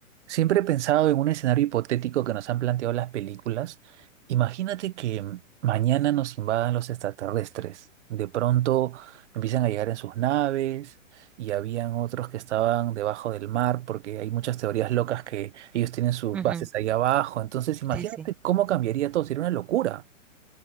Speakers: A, on the right (about 60°); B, in the centre.
A: Siempre he pensado en un escenario hipotético que nos han planteado las películas. Imagínate que mañana nos invadan los extraterrestres. De pronto empiezan a llegar en sus naves y habían otros que estaban debajo del mar porque hay muchas teorías locas que ellos tienen sus
B: Ujú,
A: bases ahí abajo. Entonces imagínate
B: Sí, sí.
A: cómo cambiaría todo. Sería una locura.